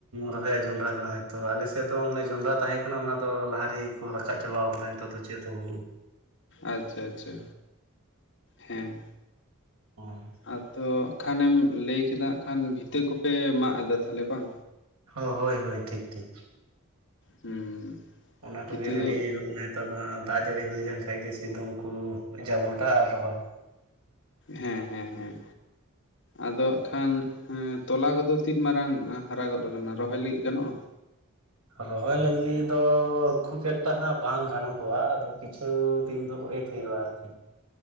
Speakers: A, on the right; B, on the left.
A: ᱨᱚᱦᱚᱭᱟᱜ ᱡᱚᱸᱰᱨᱟ ᱠᱟᱱᱟ ᱦᱚᱭᱛᱚ ᱟᱞᱮ ᱥᱮᱫ ᱫᱚ ᱢᱟᱱᱮ ᱡᱚᱸᱰᱨᱟ ᱛᱟᱦᱮᱸ ᱠᱟᱱᱟ ᱚᱱᱟ ᱫᱚ ᱞᱟᱦᱟᱨᱮ ᱦᱩ ᱨᱚᱦᱚᱭ ᱨᱟᱠᱟᱵ ᱪᱟᱵᱟᱣ ᱠᱟᱫᱟᱭ ᱱᱤᱛᱚᱜ ᱫᱚ ᱪᱮᱫ ᱦᱚᱸ ᱵᱟᱹᱱᱩᱜᱼᱟ
B: ᱟᱪᱪᱷᱟ ᱟᱪᱪᱷᱟ ᱦᱮᱸᱼᱼ
A: ᱦᱚᱸ
B: ᱟᱫᱚ ᱠᱷᱟᱱᱮᱢ ᱞᱟᱹᱭ ᱠᱮᱫᱟ ᱟᱠᱷᱟᱱ ᱵᱷᱤᱛᱟᱹ ᱠᱚᱯᱮ ᱢᱟᱜ ᱮᱫᱟ ᱛᱟᱦᱚᱞᱮ ᱵᱟᱝ?
A: ᱦᱚ ᱦᱳᱭ ᱦᱳᱭ ᱴᱷᱤᱠ ᱴᱷᱤᱠ
B: ᱦᱩᱸ
A: ᱚᱱᱟ ᱠᱚᱜᱮ
B: ᱵᱷᱤᱛᱟᱹ
A: ᱨᱮᱰᱤ
B: ᱫᱚ
A: ᱦᱩᱭᱩᱜ ᱢᱮᱱᱮᱛ ᱱᱮᱛᱟᱨ ᱫᱚ ᱦᱟᱸᱜ ᱫᱟᱜ ᱡᱟᱹᱲᱤ ᱦᱩᱭ ᱞᱮᱱ ᱠᱷᱟᱡ ᱜᱮ ᱥᱤᱛᱩᱝ ᱠᱩ ᱡᱟᱵᱚᱰᱟ ᱟᱨ ᱨᱚᱦᱚᱭ
B: ᱦᱮᱸ ᱦᱮᱸ ᱦᱮᱸ ᱟᱫᱚ ᱦᱟᱜ ᱠᱷᱟᱱ ᱦᱮᱸ ᱛᱚᱞᱟ ᱠᱚᱫᱚ ᱛᱤᱱ ᱢᱟᱨᱟᱝ ᱦᱟᱨᱟ ᱜᱚᱫ ᱠᱟᱱᱟ ᱨᱚᱦᱚᱭ ᱞᱟᱹᱜᱤᱫ ᱜᱟᱱᱚᱜᱼᱟ?
A: ᱨᱚᱦᱚᱭ ᱞᱟᱹᱜᱤᱫ ᱫᱚ ᱠᱷᱩᱵ ᱮᱠᱴᱟ ᱦᱟᱸᱜ ᱵᱟᱝ ᱜᱟᱱᱚᱜᱚᱜᱼᱟ ᱟᱫᱚ ᱠᱤᱼᱼ ᱪᱷᱩ ᱫᱤᱱ ᱫᱚ ᱚᱭᱮᱴ ᱦᱩᱭᱩᱜᱼᱟ ᱟᱨᱠᱤ